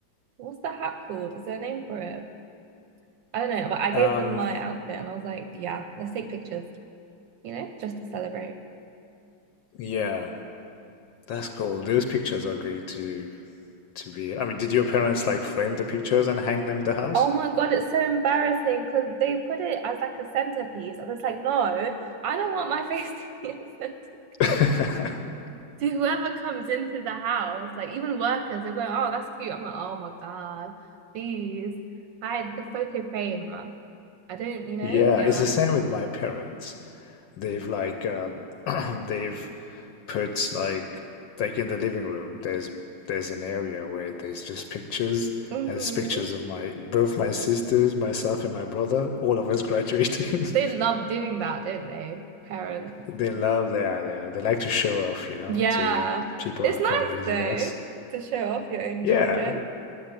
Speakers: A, on the right; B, on the left.
A: what's the hat called? Is there a name for it? I don't know, but I gave
B: Um,
A: them my outfit and I was like, yeah, let's take pictures, you know, just to celebrate.
B: yeah. That's cool. Those pictures are going to to be. I mean, did your parents like frame the pictures and hang them in the house?
A: Oh my God, it's so embarrassing because they put it as like a centerpiece. I was like, no, I don't want my <laughs> face to be a centerpiece.
B: <laughs>
A: To whoever comes into the house, like even workers, they're like, oh, that's cute. I'm like, oh my God, please hide the photo frame. I don't, you know,
B: Yeah,
A: yeah.
B: it's the same with my parents. They've like um, <clears throat> they've put like like in the living room. There's there's an area where there's just pictures.
A: hmm
B: And it's pictures of my both my sisters, myself, and my brother. All of us graduating.
A: They
B: <laughs>
A: love doing that, don't they, parents?
B: They love that. They they like to show off, you know,
A: Yeah.
B: to people
A: It's
B: who
A: nice
B: come visit
A: though
B: us.
A: to show off your own
B: Yeah,
A: children.